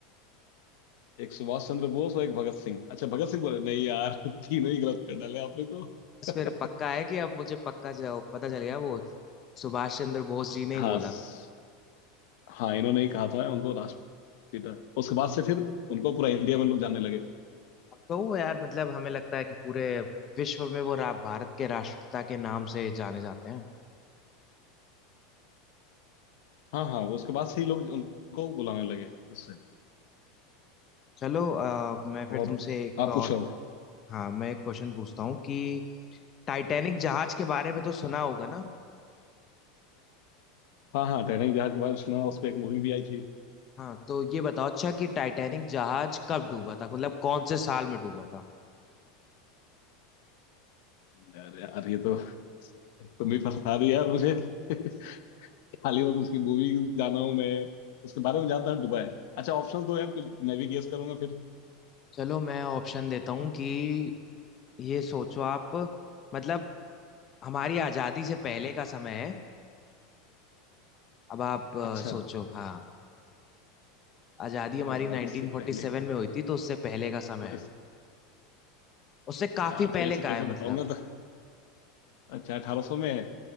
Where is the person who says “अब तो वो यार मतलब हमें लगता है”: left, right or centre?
Left